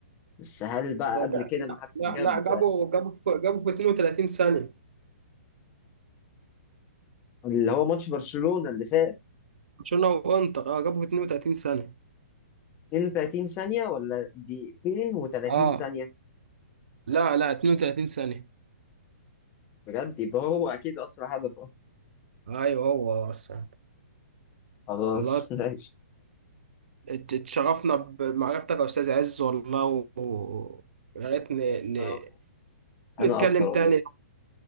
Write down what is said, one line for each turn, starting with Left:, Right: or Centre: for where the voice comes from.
Left: بس هل بقى
Right: ده
Left: قبل
Right: جا...
Left: كده ما حدش
Right: لا
Left: جاب
Right: لا جابوا جابوا في جابوا في 32 ثانية
Left: اللي هو ماتش برشلونة اللي فات
Right: برشلونة وانتر اه جابوا في 32 ثانية
Left: 32 ثانية ولا دقيقتين و30
Right: اه
Left: ثانية
Right: لا لا 32 ثانية
Left: بجد يبقى هو أكيد أسرع هدف أصلا
Right: ايوه هو اصلا
Left: خلاص
Right: الله ات-
Left: <laughs> ماشي
Right: ات- اتشرفنا بمعرفتك يا استاذ عز والله و... يا ريت ن...
Left: أنا
Right: ن...
Left: أكتر أنا
Right: نتكلم
Left: أكتر والله
Right: تاني